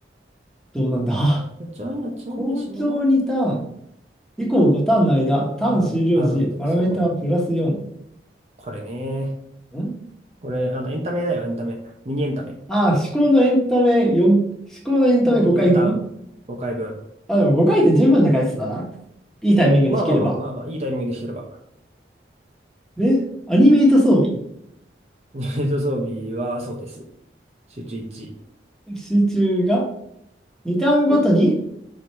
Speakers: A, in the centre; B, on the right.
A: どうなんだ
B: ちょいな、
A: <laughs>
B: ちょいでしょ
A: 校長2ターン、以降5ターンの間、
B: うん、
A: ターン終了時、
B: あパラメライそう、
A: パラメータプラス4。
B: これ。これね。
A: ん
B: これ、あの、エンタメだよ、エンタメ。ミニエンタメ
A: あ、思考のエンタメ4、思考のエンタメ5回分
B: の4ターン5回分。
A: あ、でも5回って十分な回数だな。いいタイミングに弾ければ。
B: まあまあまあまあまあ、いいタイミングで弾てれば。
A: で、アニメイト装備。
B: <laughs> ユニット装備はそうです。集中1。
A: 集中が、2ターンごとに
B: これ